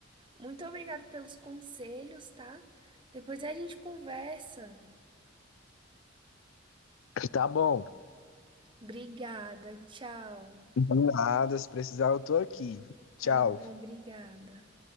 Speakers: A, on the right (about 25°); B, on the left (about 80°).
A: Muito obrigada pelos conselhos, tá? Depois a gente conversa.
B: Tá bom.
A: Obrigada, tchau.
B: De nada, se precisar, eu tô aqui. Tchau.
A: Tá bom, obrigada.